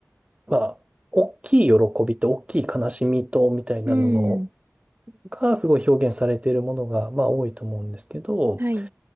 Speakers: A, on the right; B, on the right.
A: まあ、大きい喜びと大きい悲しみとみたいなのの
B: うん。
A: がすごい表現されているものが、まあ、多いと思うんですけど、
B: はい。